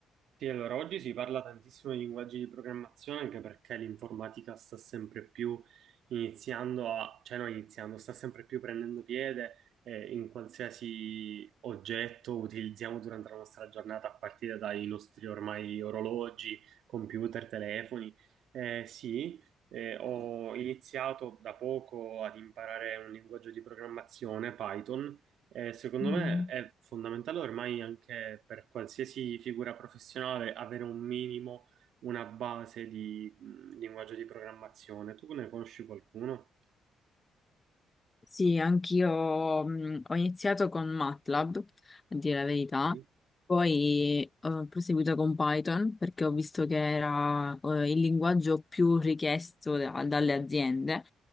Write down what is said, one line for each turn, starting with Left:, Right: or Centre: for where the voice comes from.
Right: sì, allora, oggi si parla tantissimo di linguaggi di programmazione anche perché l'informatica sta sempre più iniziando a, cioè non iniziando, sta sempre più prendendo piede eh, in qualsiasi oggetto utilizziamo durante la nostra giornata, a partire dai nostri ormai orologi, computer, telefoni. Eh, sì, eh, ho iniziato da poco ad imparare un linguaggio di programmazione, Python eh, secondo
Left: Mm.
Right: me è fondamentale ormai anche per qualsiasi figura professionale avere un minimo, una base di mh, linguaggio di programmazione. Tu ne conosci qualcuno?
Left: Sì, anch'io mh, ho iniziato con MATLAB, a dire la verità,
Right: Ok.
Left: poi eh, ho proseguito con Python perché ho visto che era eh, il linguaggio più richiesto da- dalle aziende